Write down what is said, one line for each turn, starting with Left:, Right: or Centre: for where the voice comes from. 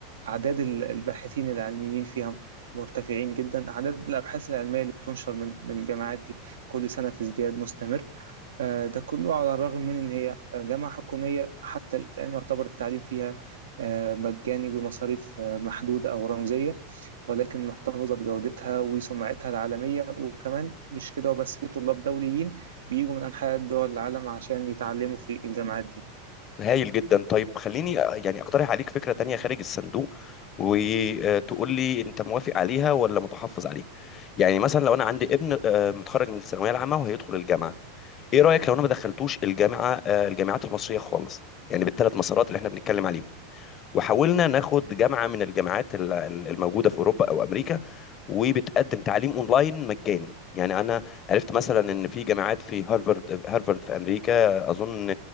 Right: أعداد ال- الباحثين العلميين فيها مرتفعين جدا أعداد الأبحاث العلمية اللي بتنشر من من الجامعات دي كل سنة في ازدياد مستمر آه، ده كله على الرغم من إن هي آه، جامعة حكومية حتى الآن يعتبر التعليم فيها آه، مجاني بمصاريف آه، محدودة أو رمزية ولكن محتفظة بجودتها وسمعتها العالمية وكمان مش كده وبس في طلاب دوليين بيجوا من أنحاء دول العالم عشان يتعلموا في الجامعات دي
Left: هايل جدا طيب خليني يعني اقترح عليك فكرة تانية خارج الصندوق وتقول لي انت موافق عليها ولا متحفظ عليها يعني مثلا لو انا عندي ابن آه، متخرج من الثانوية العامة وهيدخل الجامعة ايه رأيك لو انا ما دخلتوش الجامعة آه، الجامعات المصرية خالص يعني بالثلاث مسارات اللي احنا بنتكلم عليهم وحاولنا ناخد جامعة من الجامعات ال- ال- الموجودة في اوروبا او امريكا وبتقدم تعليم اونلاين مجاني يعني انا عرفت مثلا ان في جامعات في هارفارد هارفارد في امريكا اظن